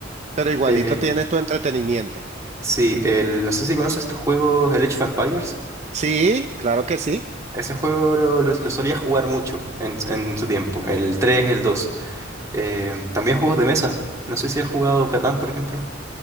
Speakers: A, on the right; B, on the right.
A: Pero igualito
B: Eh,
A: tienes tu entretenimiento.
B: sí, el, no sé si conoces estos juegos, el Age of Empires.
A: Sí, claro que sí.
B: Ese juego lo, lo- lo solía jugar mucho en, en su tiempo, el 3 el dos Eh, también juegos de mesa. No sé si has jugado Catán, por ejemplo.